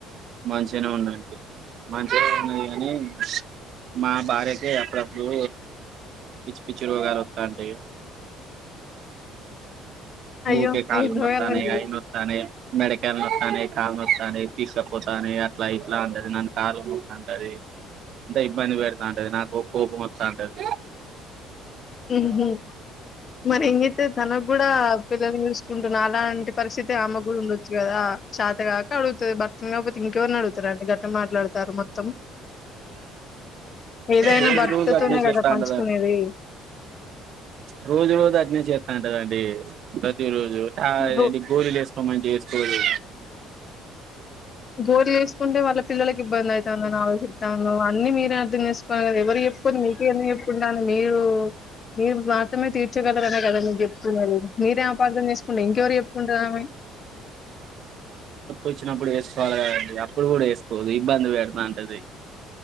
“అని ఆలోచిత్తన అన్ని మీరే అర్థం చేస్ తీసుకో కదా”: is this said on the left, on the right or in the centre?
Left